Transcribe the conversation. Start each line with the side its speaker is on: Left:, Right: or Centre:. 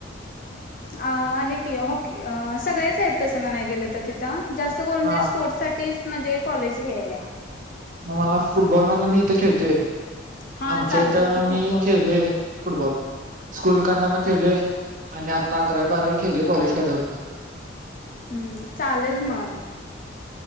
Left: अ आहे की हॉकी सगळेच आहेत, तस म्हणाय गेलं तर तिथं. जास्त करून
Right: हा
Left: ते स्पोर्ट्स साठीच म्हणजे कॉलेज हे या
Right: म मला फुटबॉल मधन मी इथे खेळतोय.
Left: हा
Right: आमच्या
Left: चालतं
Right: इथं
Left: की फुटबॉल
Right: मी खेळलोय फुटबॉल. स्कूलकडनं पण खेळले आणि आता अकरावी बारावी खेळले कॉलेज कडून पणं.
Left: हम्म चालेल मग.